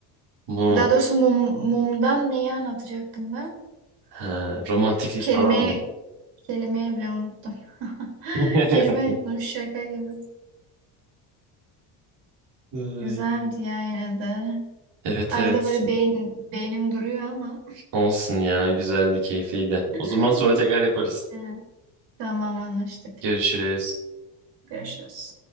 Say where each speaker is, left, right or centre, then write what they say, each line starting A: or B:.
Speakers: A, on the right (about 60°); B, on the right (about 80°).
A: Mum.
B: Daha doğrusu mum, mumdan neyi anlatacaktım ben?
A: Ha, romantiklik
B: Kelime,
A: falan mı?
B: kelimeyi bile unuttum. <laughs>
A: <laughs>
B: Kelime unuttum şaka gibi.
A: Ay.
B: Güzeldi ya yine de.
A: Evet
B: Arada
A: evet.
B: böyle beyin, beynim duruyor ama.
A: Olsun ya. Güzeldi, keyifliydi.
B: <laughs>
A: O zaman sonra tekrar yaparız.
B: Evet, Tamam anlaştık.
A: Görüşürüz.
B: Görüşürüz.